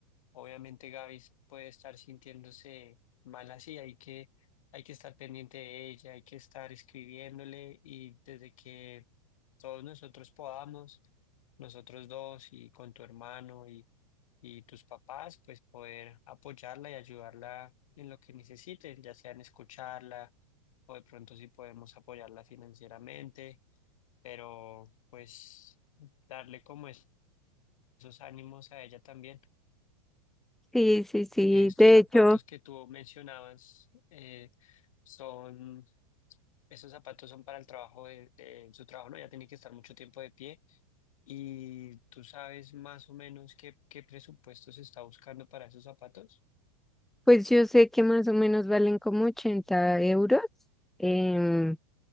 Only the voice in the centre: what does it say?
sí, sí, sí.
De
hecho,
Pues yo sé que más o menos valen como 80 euros, em,